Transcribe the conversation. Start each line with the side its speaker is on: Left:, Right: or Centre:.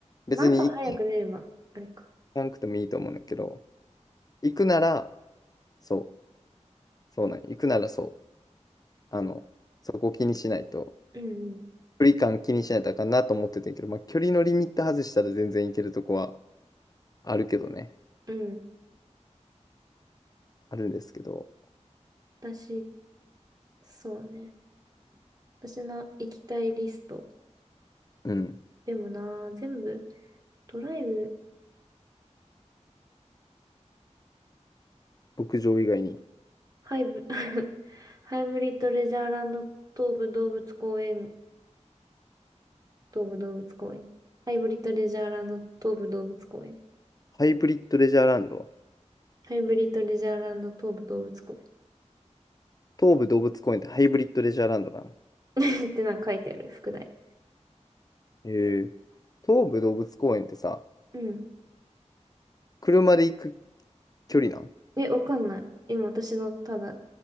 Left: 別に行
Right: まあ、朝早く出れば、あれか。
Left: かなくてもいいと思うんだけど、行くなら、そう、そうなんよ行くならそう、あの、そこを気にしないと、
Right: うん
Left: 距離感気にしないとあかんなと思ってたんやけど、まあ、距離のリミット外したら全然いけるとこはあるけどね。
Right: うん。うん。
Left: あるんですけど、
Right: 私、そうね。私の行きたいリスト。
Left: うん。
Right: でもな、全部、ドライブ、
Left: 牧場以外に。
Right: ハイブ、<laughs> ハイブリッドレジャーランド東武動物公園、東武動物公園。ハイブリッドレジャーランド東武動物公園。
Left: ハイブリッドレジャーランド。
Right: ハイブリッドレジャーランド東武動物公園
Left: 東武動物公園ってハイブリッドレジャーランドなん
Right: <laughs> ってなんか書いてある、副題。
Left: へえ。東武動物公園ってさ、
Right: うん。
Left: 車で行く距離なん
Right: え、わかんない。今私のただ